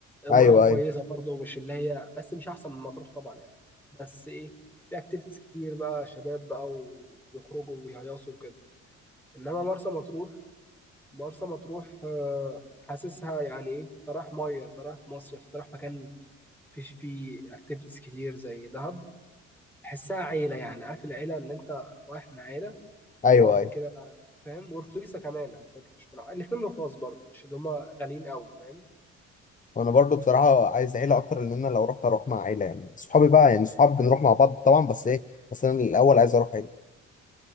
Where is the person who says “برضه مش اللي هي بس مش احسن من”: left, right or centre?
Centre